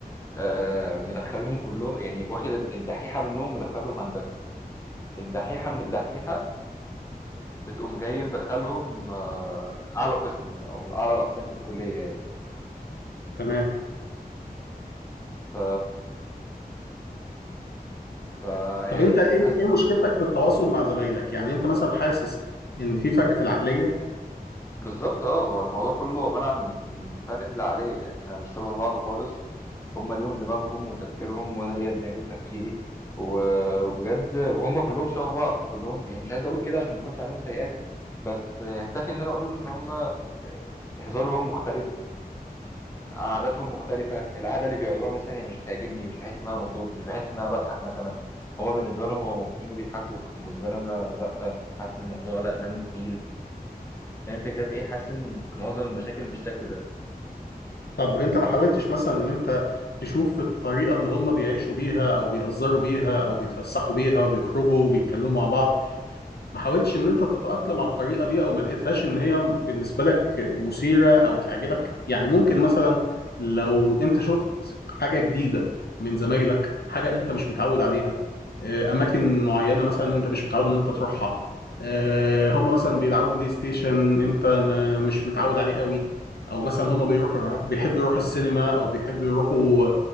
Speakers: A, on the left; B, on the left.
A: آه مدخلهم كله يعني واخد الدحيحه منهم مدخلهم هندسه الدحيحه من الدحيحه بتقوم جاي مدخلهم آه اعلى قسم او اعلى الاقسام في الكليه يعني
B: تمام
A: ف ف يعني
B: طب انت ايه
A: حاسس
B: ايه مشكلتك في التواصل مع زمايلك يعني انت مثلا حاسس ان في فرق في العقليه
A: بالظبط اه هو الموضوع كله عباره عن فرق في العقليه احنا مش شبه بعض خالص هم ليهم دماغهم وتفكيرهم وانا ليا دماغي وتفكيري و- وبجد وهم كلهم شبه بعض كلهم يعني مش عايز اقول كده عشان ما اكونش عليهم سيئات بس يكتفي ان انا اقول ان هم هزارهم مختلف قعداتهم مختلفه القعده اللي بيقعدوها مثلا هي مش بتعجبني مش بحس ان انا مبسوط مش بحس ان انا بضحك مثلا هما بالنسبه لهم هما مبسوطين وبيضحكوا بالنسبه لي انا لا حاسس ان الموضوع لا دمه تقيل فاهم الفكره في ايه حاسس ان معظم المشاكل بالشكل ده
B: طب انت ما حاولتش مثلا ان انت تشوف الطريقه اللي هم بيعيشوا بيها او بيهزروا بيها او بيتفسحوا بيها وبيخرجوا وبيتكلموا مع بعض ما حاولتش ان انت تتأقلم على الطريقة دي او ما لقيتهاش ان هي بالنسبة لك مثيرة او تعجبك يعني ممكن مثلا لو انت شفت حاجة جديدة من زمايلك حاجة انت مش متعود عليها آه، اماكن معينة مثلا انت مش متعود ان انت تروحها آه، هم مثلا بيلعبوا بلاي ستيشن انت ما مش متعود عليه قوي او مثلا هم بيروحوا بيحبوا يروحوا السينما او بيحبوا يروحوا